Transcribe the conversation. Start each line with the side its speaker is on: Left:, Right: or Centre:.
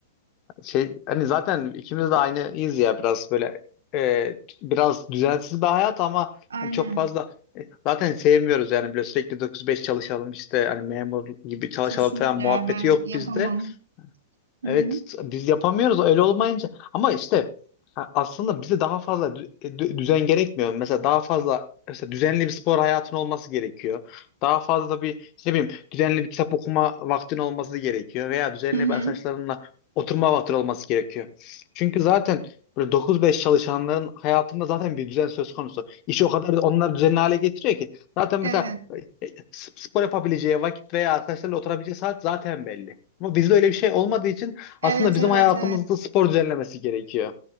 Left: Şey hani zaten ikimiz de aynıyız ya biraz böyle e, biraz düzensiz bir hayat ama
Right: Aynen.
Left: hani çok fazla e, zaten sevmiyoruz yani böyle sürekli dokuz beş çalışalım işte hani memur gibi çalışalım
Right: Kesinlikle
Left: falan muhabbeti
Right: ben
Left: yok
Right: yapamam.
Left: bizde.
Right: Hı
Left: Evet
Right: hı.
Left: biz yapamıyoruz öyle olmayınca ama işte ha, aslında bize daha fazla dü- e, dü- düzen gerekmiyor. Mesela daha fazla mesela düzenli bir spor hayatın olması gerekiyor. Daha fazla bir işte ne bileyim düzenli bir kitap okuma vaktin olması gerekiyor veya düzenli
Right: Hı hı.
Left: bir arkadaşlarınla oturma vaktin olması gerekiyor. Çünkü zaten böyle 9-5 çalışanların hayatında zaten bir düzen söz konusu. İşi o kadar onlar düzenli hale getiriyor ki zaten
Right: Evet.
Left: mesela e, e, spor yapabileceği vakit veya arkadaşlarla oturabileceği saat zaten belli. Ama bizde öyle bir şey olmadığı için
Right: Evet
Left: aslında bizim
Right: evet
Left: hayatımızda
Right: evet.
Left: spor düzenlemesi gerekiyor.